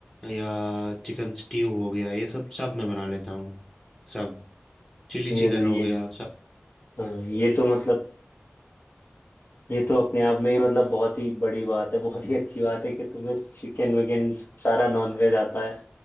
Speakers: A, on the left; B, on the left.
A: या चिकन स्टीव हो गया ये सब सब मैं बना लेता हूँ सब चिली
B: ये
A: चिकन
B: तो ये
A: हो गया सब
B: हाँ ये तो मतलब ये तो अपने आप में ही मतलब बहुत ही बड़ी बात है बहुत ही अच्छी बात है कि तुम्हें चिकन विकन सारा नॉन वेज आता है